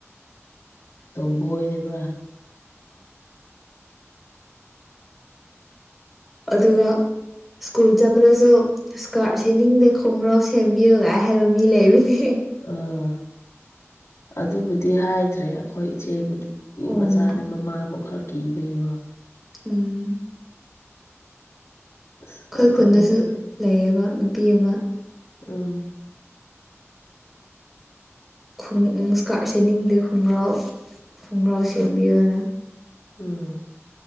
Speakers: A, on the left (about 75°); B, in the centre.
A: ꯇꯣꯝꯕꯣꯏꯅꯦꯕ꯭ꯔꯥ
B: ꯑꯗꯨꯒ ꯁ꯭ꯀꯨꯜ ꯆꯠꯄꯗꯁꯨ ꯏꯁꯀꯥꯔꯠ ꯁꯦꯅꯤꯡꯗꯦ ꯈꯣꯡꯒ꯭ꯔꯥꯎ ꯁꯦꯝꯕꯤꯌꯨ ꯒꯥꯏ ꯍꯥꯏꯕ ꯃꯤ ꯂꯩꯕꯅꯤ
A: ꯑꯥ ꯑꯗꯨꯕꯨꯗꯤ ꯍꯥꯏꯗ꯭ꯔꯦ ꯑꯩꯈꯣꯏ ꯏꯆꯦꯕꯨ ꯃꯤ
B: ꯑꯣ ꯎꯝ
A: ꯃꯆꯥꯗꯤ ꯃꯃꯥꯕꯨ ꯈꯔ ꯀꯤꯕꯒꯤꯒꯣ
B: ꯎꯝ
A: ꯑꯁ
B: ꯈꯣꯏ ꯈꯨꯟꯗꯁꯨ
A: ꯇꯣꯝꯕꯣꯏꯅꯦ
B: ꯂꯩꯌꯦꯕ ꯅꯨꯄꯤ ꯑꯃ
A: ꯎꯝ
B: ꯈꯨꯡ ꯎꯝ ꯏꯁꯀ꯭ꯔꯠ ꯁꯦꯠꯅꯤꯡꯗꯦ ꯈꯨꯡꯒ꯭ꯔꯥꯎ ꯈꯣꯡꯒ꯭ꯔꯥꯎ ꯁꯦꯝꯕꯤꯌꯣꯅ
A: ꯎꯝ